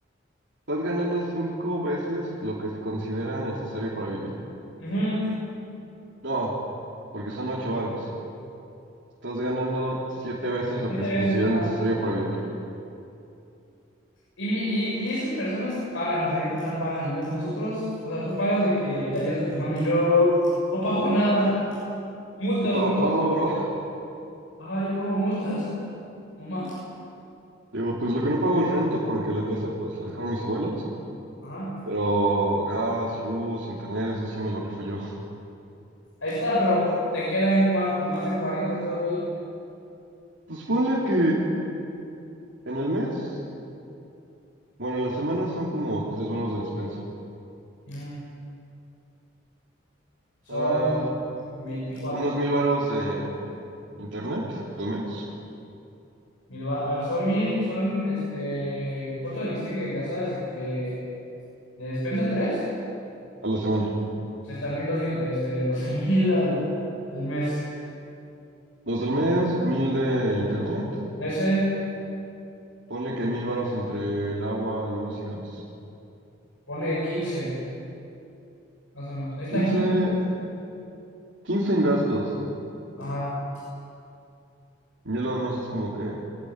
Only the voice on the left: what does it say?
Ujú.
Siete
veces
más.
Y, mi- y, y esas personas pagan renta, pagan luz. Nosotros, o sea, tú pagas de que le ayudas a tu mami. Yo no pago nada. Multas,
mamá.
Ah, yo pago multas, mamá.
Ajá.
Ahí está, pero te queda en cuánto, más de cuarenta todavía.
Mm, Son
veinticuatro
Mil ba- a ver, son mil, son este. ¿Cuánto dijiste que gastabas de, de, de despensa? ¿Tres?
O sea, está 1200 este, 12 mil al, al mes.
13,
pone 15 más o menos. Está
aquí.
Ajá.